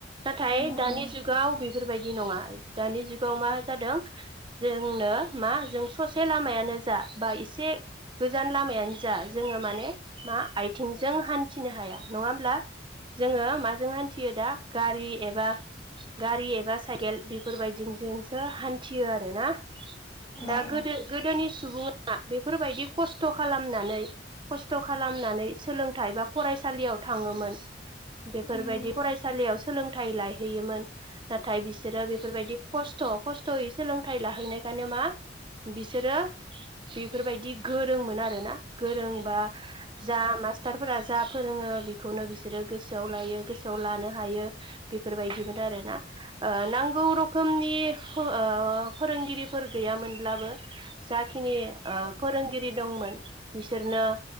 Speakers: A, on the right; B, on the left.
A: नाथाय
B: औ
A: दानि जुगाव बेफोरबायदि नङा दानि जुगाव मा जादों जोंनो मा जों ससे लामायानो जा बा एसे गोजान लामायानो जा जोङो माने मा आथिंजों हान्थिनो हाया नङा होमब्ला जोङो मा जों हानथियो दा गारि एबा गारि एबा साइकेल बेफोरबायदि जोंसो हानथियो आरोना दा
B: औ
A: गोदो गोदोनि सुबुंआ बेफोरबायदि खसथ' खालामनानै खसथ' खालामनानै सोलोंथाइ एबा फरायसालियाव थाङोमोन बे
B: उम
A: फोरबायदि फरायसालियाव सोलोंथाइ लाायहैयोमोन नाथाय बिसोरो बेफोरबायदि खस्थ' खस्थ'यै सोलोंथाइ लाहैनायखायनो मा बिसोरो बेफोरबायदि गोरोंमोन आरो ना गोरोंबा जा मास्टारफोरा जा फोरोङो बेखौनो बिसोरो गोसोआव लायो गोसोआव लानो हायो बेफोरबायदिमोन आरोना ओ नांगौ रोखोमनि ओ फोरोंगिरिफोर गैयामोनब्लाबो जाखिनि ओ फोरोंगिरि दंमोन बिसोरनो